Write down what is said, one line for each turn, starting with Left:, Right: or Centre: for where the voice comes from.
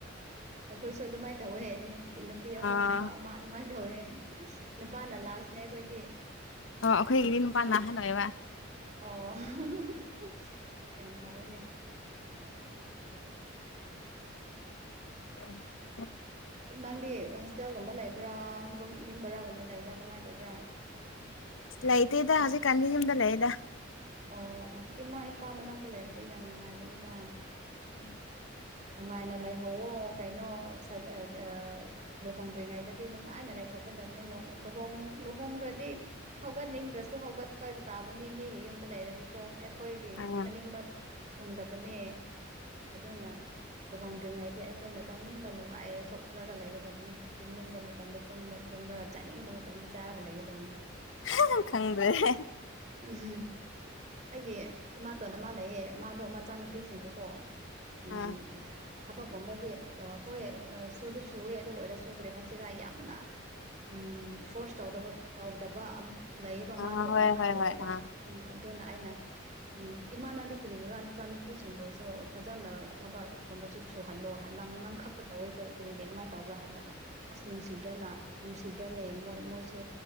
Right: ꯑꯩꯈꯣꯏꯁꯨ ꯑꯗꯨꯃꯥꯏ ꯇꯧꯋꯦ ꯅꯨꯄꯤ ꯅꯨꯄꯤ ꯑꯍꯨꯝ
Left: ꯑꯥ
Right: ꯅꯨꯄꯥ ꯑꯃ ꯑꯗꯨꯃꯥꯏ ꯇꯧꯋꯦ <unintelligible> ꯅꯨꯄꯥꯅ ꯂꯥꯁꯅꯦ ꯑꯩꯈꯣꯏꯗꯤ
Left: ꯑꯣ ꯑꯈꯣꯏꯒꯤꯗꯤ ꯅꯨꯄꯥꯅꯥ ꯑꯍꯟ ꯑꯣꯏꯕ
Right: ꯑꯣ <unintelligible> ꯌꯥꯝ ꯐꯔꯦꯅꯦ
Left: <unintelligible>
Right: ꯅꯪꯗꯤ ꯍꯣꯁꯇꯦꯜꯒꯨꯝꯕ ꯂꯩꯕ꯭ꯔꯥ ꯒꯨꯝ ꯌꯨꯝꯚꯔꯥꯒꯨꯝꯕ ꯂꯩꯕ꯭ꯔꯥ ꯀꯃꯥꯏ ꯇꯧꯕ꯭ꯔꯥ
Left: ꯂꯩꯇꯦꯗ ꯍꯧꯖꯤꯛꯀꯥꯟꯗꯤ ꯌꯨꯝꯗ ꯂꯩꯩꯌꯦꯗ
Right: ꯑꯣ ꯑꯣ ꯏꯃꯥ ꯏꯄꯥ ꯃꯅꯥꯛꯇ ꯂꯩꯔꯗꯤ ꯌꯥꯝ ꯅꯨꯡꯉꯥꯏꯕꯅꯤꯗ
Left: <unintelligible>
Right: ꯅꯨꯡꯉꯥꯏꯅ ꯂꯩꯍꯧꯋꯣ ꯀꯩꯅꯣ ꯁꯠ ꯑ ꯗ ꯑ ꯂꯨꯍꯣꯡꯗ꯭ꯔꯤꯉꯩꯗꯗꯤ ꯅꯨꯡꯉꯥꯏꯅ ꯂꯩꯊꯣꯛꯀꯗꯕꯅꯤ ꯅꯨ ꯑ ꯂꯨꯍꯣꯡ ꯂꯨꯍꯣꯡꯈ꯭ꯔꯗꯤ ꯍꯧꯒꯠꯅꯤꯡꯗ꯭ꯔꯁꯨ ꯍꯧꯒꯠꯄ ꯇꯥꯕꯅꯤ ꯃꯤꯒꯤ ꯌꯨꯝ ꯍꯥꯏꯗꯤꯀꯣ ꯑꯩꯈꯣꯏꯗꯤ
Left: ꯑꯥ
Right: ꯑꯅꯤꯡꯕ ꯊꯨꯡꯗꯕꯅꯦ ꯑꯗꯨꯅ ꯂꯨꯍꯣꯡꯗ꯭ꯔꯤꯉꯩꯗꯤ ꯑꯩꯈꯣꯏꯅ ꯇꯧꯅꯤꯡꯕ ꯅꯨꯡꯉꯥꯏ ꯂꯩꯊꯣꯛꯔꯒ ꯂꯩꯒꯗꯕꯅꯤ ꯇꯨꯝꯅꯤꯡꯕ ꯃꯇꯝꯗ ꯇꯨꯝꯃ ꯇꯨꯝꯔꯒ ꯆꯥꯅꯤꯡꯕ ꯃꯇꯝꯗ ꯆꯥꯔꯒ ꯂꯩꯒꯗꯕꯅꯤ
Left: <unintelligible> ꯈꯪꯗ꯭ꯔꯦꯍꯦ
Right: <unintelligible> ꯑꯩꯒꯤ ꯏꯃꯥꯇꯣꯟ ꯑꯃꯥ ꯂꯩꯌꯦ ꯃꯥꯗꯣ ꯃꯆꯥꯅꯨꯄꯤꯁꯤꯡꯕꯨꯀꯣ ꯎꯝ
Left: ꯑꯥ
Right: ꯊꯕꯛꯀꯨꯝꯕꯗꯤ ꯑ ꯍꯣꯏ ꯑ ꯁꯨꯗ ꯁꯨꯋꯦ ꯑꯗꯨ ꯑꯣꯏꯔꯁꯨ ꯀꯔꯤ ꯍꯥꯏꯁꯤꯔꯥ ꯌꯥꯝꯅ ꯎꯝ ꯐꯣꯔꯁ ꯇꯧꯗꯕ ꯇꯧꯗꯕ ꯑꯞ ꯂꯩꯌꯦꯕ
Left: ꯑꯥ
Right: ꯃꯥꯗꯣ
Left: ꯍꯣꯏ
Right: ꯑꯗꯨꯃꯥꯏ
Left: ꯍꯣꯏ
Right: ꯇꯧꯋꯦꯕ
Left: ꯍꯣꯏ ꯑꯥ
Right: ꯎꯝ ꯑꯗꯨꯅ ꯑꯩꯅ ꯎꯝ ꯏꯃꯥ ꯅꯪꯗꯤ ꯀꯔꯤꯒꯤꯔꯥ ꯏꯆꯥꯅꯨꯄꯤꯁꯤꯡꯕꯨꯁꯨ ꯐꯖꯅ ꯊꯕꯛꯀꯨꯝꯕꯁꯨ ꯁꯨꯍꯜꯂꯣ ꯍꯥ ꯅꯪ ꯅꯪ ꯈꯛꯇ ꯇꯧꯋꯦ ꯀ ꯀꯔꯤꯒꯤ ꯑꯗꯨꯃꯥꯏ ꯇꯧꯕ꯭ꯔꯥ ꯍꯥꯏꯔꯒ ꯑꯁ ꯅꯨꯡꯁꯤꯗ꯭ꯔꯅ ꯅꯨꯡꯁꯤꯗ꯭ꯔꯅꯦ ꯃꯣꯏ ꯃꯣꯏꯁꯨ